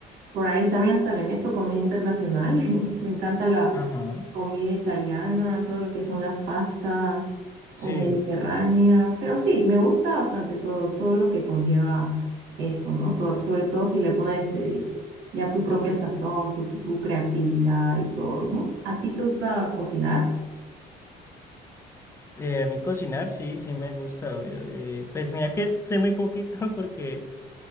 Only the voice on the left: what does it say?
Ajá.
Sí.
Eh, a mí cocinar, sí, sí me gusta, obvio. Eh, pues mira que sé muy poquito <laughs> porque